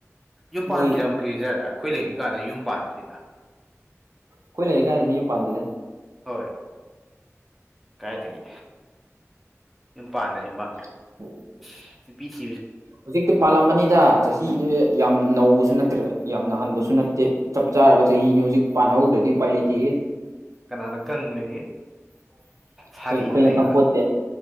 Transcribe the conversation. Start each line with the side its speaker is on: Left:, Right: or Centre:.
Centre: ꯌꯨꯝ ꯄꯥꯟꯈꯤꯔꯝꯒꯤꯖꯥꯠꯂꯥ
Right: ꯃꯣꯏ
Centre: ꯑꯩꯈꯣꯏ ꯂꯩꯔꯤ ꯀꯥꯟꯗ ꯌꯨꯝ ꯄꯥꯟꯗ꯭ꯔꯤꯗ꯫
Right: ꯈꯣꯢ <unintelligible> ꯌꯨꯝ ꯄꯥꯟꯗ꯭ꯔꯤꯗ꯫
Centre: ꯍꯣꯏ ꯀꯥꯏꯗꯒꯤ ꯌꯨꯝ ꯄꯥꯟꯗꯔꯤ ꯃꯥ꯫
Right: <unintelligible>
Centre: <unintelligible>
Right: ꯍꯧꯖꯤꯛꯇꯤ ꯄꯥꯜꯂꯝꯃꯅꯤꯗ ꯆꯍꯤꯖꯦ ꯌꯥꯝ ꯅꯧꯕꯁꯨ ꯅꯠꯇ꯭ꯔꯦ ꯌꯥꯝꯅ ꯍꯟꯕꯁꯨ ꯅꯠꯇꯦ ꯆꯞ ꯆꯥꯔꯕ ꯆꯍꯤꯅꯦ ꯍꯧꯖꯤꯛ ꯄꯥꯟꯍꯧꯗ꯭ꯔꯥꯗꯤ ꯎꯄꯥꯢ ꯂꯩꯇꯦꯍꯦ꯫ ꯑꯩꯈꯣꯏ
Centre: ꯀꯅꯥꯅ ꯈꯪꯕꯅꯤ ꯁꯥꯔꯤꯗ
Right: ꯑꯩꯈꯣꯏꯅ
Centre: ꯂꯩꯕ꯭ꯔꯥ
Right: ꯈꯪꯄꯣꯠꯇꯦ꯫